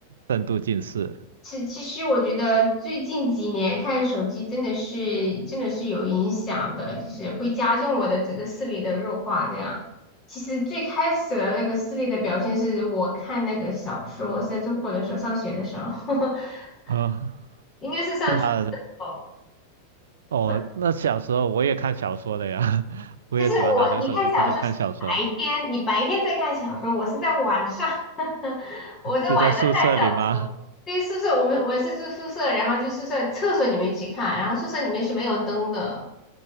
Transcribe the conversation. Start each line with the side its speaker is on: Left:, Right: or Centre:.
Right: 深度近视
Left: 其其实我觉得最近几年看手机真的是真的是有影响的，就是会加重我的这个视力的弱化。这样，其实最开始的那个视力的表现是我看那个小说，是在中国的时候上学的时候，<laughs>
Right: <laughs> 啊？
Left: 应该是上初中的时候。
Right: 就拿哦，
Left: 我
Right: 那小时候我也看小说的呀，<laughs> 我也喜欢拿着手机偷偷看小说。
Left: 但是我你看小说是白天，你白天在看小说，我是在晚上，<laughs> 我在晚上看小说。
Right: 是在宿舍里吗？
Left: 对，宿舍我们我是住宿舍，然后就宿舍厕所里面去看，然后宿舍里面是没有灯的。